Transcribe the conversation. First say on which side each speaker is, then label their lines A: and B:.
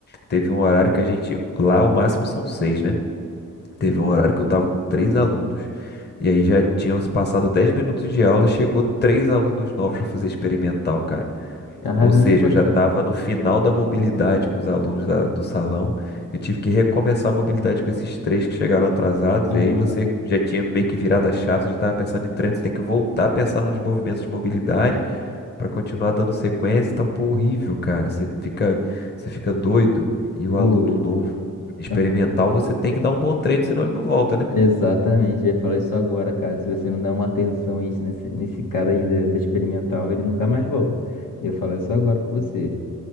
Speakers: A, on the left; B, on the left.
A: teve um horário que a gente, lá o máximo são seis, né? Teve um horário que eu tava com três alunos, e aí já tinham se passado 10 minutos de aula, chegou três alunos novos para fazer experimental, cara.
B: Caramba,
A: Ou seja, eu já
B: cara.
A: estava no final da mobilidade com os alunos da- do salão. Eu tive que recomeçar a mobilidade com esses três que chegaram atrasados.
B: Ah,
A: E aí você já tinha meio que virado a chave, você já estava pensando em trânsito, tem que voltar a pensar nos movimentos de mobilidade. Pra continuar dando sequência, tá um horrível, cara. Você fica, você fica doido. E o
B: Pô,
A: aluno novo, experimental,
B: ah.
A: você tem que dar um bom treino, senão ele não volta, né?
B: Exatamente, eu ia falar isso agora, cara. Se você não der uma atenção a isso nesse, nesse cara aí da, da experimental, ele nunca mais volta. Eu ia falar isso agora com você.